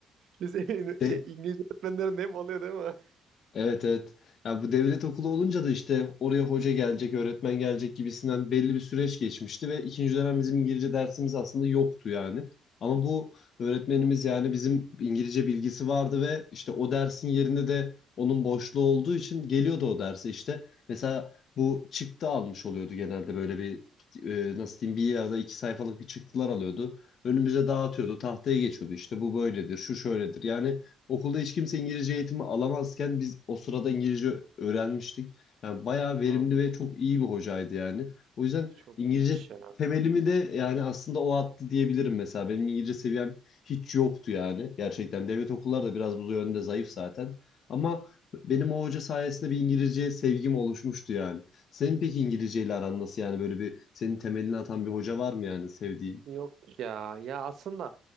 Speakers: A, on the right; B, on the left.
A: Lise
B: De-
A: şey İngilizce öğretmenlerin hep oluyor değil mi?
B: Evet evet. Ya bu devlet okulu olunca da işte oraya hoca gelecek, öğretmen gelecek gibisinden belli bir süreç geçmişti ve ikinci dönem bizim İngilizce dersimiz aslında yoktu yani. Ama bu öğretmenimiz yani bizim İngilizce bilgisi vardı ve işte o dersin yerinde de onun boşluğu olduğu için geliyordu o derse işte. Mesela bu çıktı almış oluyordu genelde böyle bir e, nasıl diyeyim bir ya da iki sayfalık bir çıktılar alıyordu. Önümüze dağıtıyordu, tahtaya geçiyordu işte bu böyledir, şu şöyledir. Yani Okulda hiç kimse İngilizce eğitimi alamazken biz o sırada İngilizce öğrenmiştik. Yani bayağı verimli
A: Vallahi
B: ve çok iyi bir hocaydı yani. O yüzden
A: çok
B: İngilizce
A: iyiymiş ya.
B: temelimi de yani aslında o attı diyebilirim mesela. Benim İngilizce seviyem hiç yoktu yani. Gerçekten devlet okulları da biraz bu yönde zayıf zaten. Ama benim o hoca sayesinde bir İngilizce sevgim oluşmuştu yani. Senin peki İngilizce ile aran nasıl yani böyle bir senin temelini atan bir hoca var mı yani sevdiğin?
A: Yok ya. Ya aslında